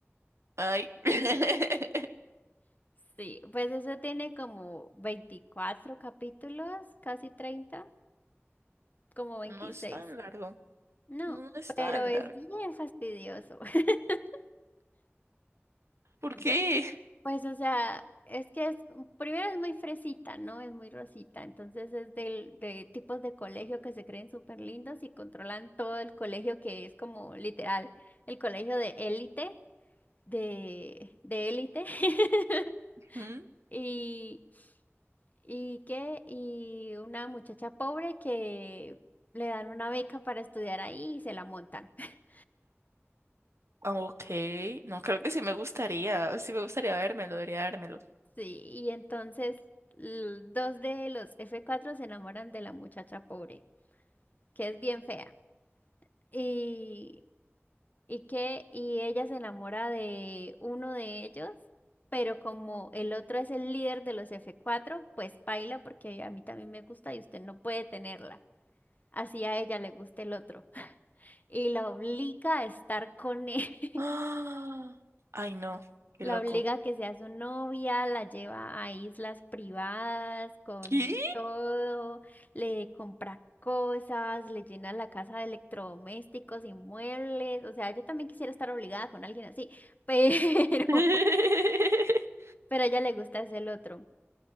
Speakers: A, on the right; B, on the left.
A: ay, <laughs>
B: Sí, pues eso tiene como 24 capítulos, casi treinta como veintiséis
A: no es tan largo.
B: No,
A: No es tan
B: pero es
A: largo.
B: bien fastidioso. <laughs>
A: ¿Por
B: Yo,
A: qué?
B: pues, o sea, es que es, primero es muy fresita, ¿no? Es muy rosita. Entonces es del, de tipos de colegio que se creen súper lindos y controlan todo el colegio, que es como literal, el colegio de élite, de, de élite. <laughs>
A: ¿Mm?
B: Y, y qué, y una muchacha pobre que le dan una beca para estudiar ahí y se la montan. <laughs>
A: Ah, Ok, no, creo que sí me gustaría, sí me gustaría vérmelo, debería vérmelo.
B: Sí, y entonces l- dos de los F4 se enamoran de la muchacha pobre, que es bien fea. Y, y que, y ella se enamora de uno de ellos, pero como el otro es el líder de los F4, pues baila porque a mí también me gusta y usted no puede tenerla. Así a ella le gusta el otro. y la obliga a estar con él. <laughs>
A: ¡Ah! Ay, no, qué
B: La
A: loco.
B: obliga a que sea su novia, la lleva a islas privadas con
A: ¿Qué?
B: todo, le compra cosas, le llena la casa de electrodomésticos y muebles. O sea, yo también quisiera estar obligada con alguien así, pero,
A: <laughs>
B: <laughs> pero a ella le gusta es el otro.